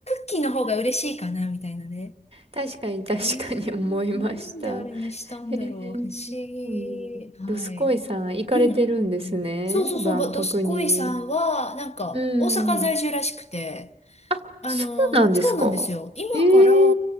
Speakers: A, on the left; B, on the right.
A: ッキーの方が嬉しいかな、みたいなね。
B: 確かに確かに思いました。
A: ねえ、なんであれにしたんだろう。
B: へえ、
A: 不思議。
B: うん。
A: はい。
B: ドスコイさん行かれてるんですね。
A: うんうんうんそうそうそう、
B: 万博に。
A: ばどすこいさんは、なんか、
B: う
A: 大阪在住らしくて、
B: ん。あ、
A: あのー、
B: そうなんですか。
A: そうなんですよ。今から、
B: ええ